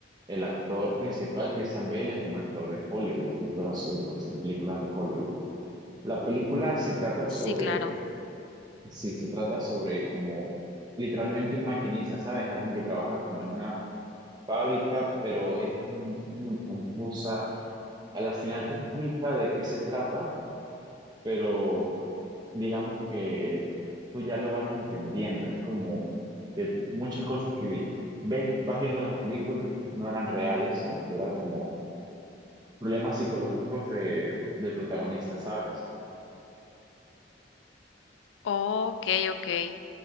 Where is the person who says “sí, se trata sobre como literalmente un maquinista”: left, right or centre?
Right